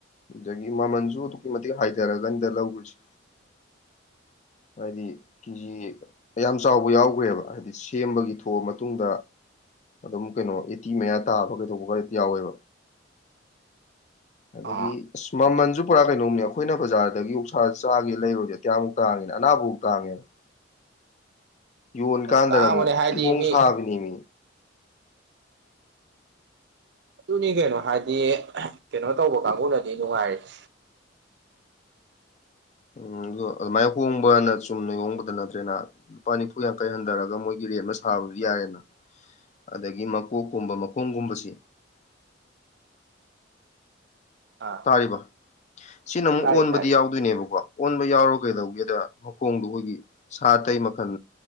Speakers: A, on the left (about 35°); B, on the right (about 60°).
A: ꯑꯗꯒꯤ ꯃꯃꯜꯁꯨ ꯑꯗꯨꯛꯀꯤ ꯃꯇꯤꯛ ꯍꯥꯏꯊꯔꯒꯅꯤꯗ ꯂꯧꯔꯤꯁꯦ ꯍꯥꯏꯗꯤ ꯀꯦꯖꯤ ꯌꯥꯝ ꯆꯥꯎꯕ ꯌꯥꯎꯈ꯭ꯔꯦꯕ ꯍꯥꯏꯗꯤ ꯁꯦꯝꯕꯒꯤ ꯊꯣꯛꯑ ꯃꯇꯨꯡꯗ ꯑꯗꯨꯝ ꯀꯩꯅꯣ ꯑꯦꯇꯤ ꯃꯌꯥ ꯇꯥꯕ ꯀꯩꯗꯧꯕꯒ ꯌꯥꯎꯋꯦꯕ ꯑꯗꯒꯤ
B: ꯑ
A: ꯑꯁ ꯃꯃꯜꯁꯨ ꯄꯨꯔꯥ ꯀꯩꯅꯣꯝꯅꯦ ꯑꯩꯈꯣꯏꯅ ꯕꯖꯥꯔꯗꯒꯤ ꯑꯣꯛꯁꯥꯁꯦ ꯆꯥꯒꯦ ꯂꯩꯔꯨꯒꯦꯗꯤ ꯌꯥꯝ ꯇꯥꯠꯉꯤꯅ ꯑꯅꯥꯕꯃꯨꯛ ꯇꯥꯡꯉꯦꯕ ꯌꯣꯟꯀꯥꯟꯗꯅ
B: ꯇꯥꯡꯕꯅꯦ
A: ꯑꯃꯨꯛ
B: ꯍꯥꯏꯗꯤ
A: ꯊꯤꯍꯣꯡ
B: ꯃꯤ
A: ꯁꯥꯕꯤꯅꯦꯃꯤ
B: ꯑꯗꯨꯅꯤ ꯀꯩꯅꯣ ꯍꯥꯏꯗꯤ ꯀꯩꯅꯣ ꯇꯧꯕ ꯀꯥꯡꯕꯨꯅꯗꯤ ꯅꯨꯡꯉꯥꯏꯔꯤꯅꯦ
A: ꯎꯝ ꯑꯗ ꯑꯗꯨꯃꯥꯏꯅ ꯍꯣꯡꯕꯅ ꯆꯨꯝꯅ ꯍꯣꯡꯕꯗ ꯅꯠꯇ꯭ꯔꯦꯅ ꯂꯨꯄꯥ ꯅꯤꯐꯨ ꯌꯥꯡꯈꯩ ꯍꯟꯊꯔꯒ ꯃꯣꯏꯒꯤ ꯔꯦꯠ ꯑꯃ ꯁꯥꯕꯗꯨ ꯌꯥꯔꯦꯅ ꯑꯗꯒꯤ ꯃꯀꯣꯛꯀꯨꯝꯕ ꯃꯈꯣꯡꯒꯨꯝꯕꯁꯤ
B: ꯑꯥ
A: ꯀꯩꯏꯕ ꯁꯤꯅꯃꯨꯛ
B: ꯇꯥꯔꯤ
A: ꯑꯣꯟꯕꯗꯤ
B: ꯇꯥꯔꯤ
A: ꯌꯥꯎ ꯑꯗꯨꯏꯅꯦꯕꯀꯣ ꯑꯣꯟꯕ ꯌꯥꯎꯔ ꯀꯩꯗꯧꯒꯦꯗ ꯃꯈꯣꯡꯗꯣ ꯑꯩꯈꯣꯏꯒꯤ ꯁꯥ ꯑꯇꯩ ꯃꯈꯜ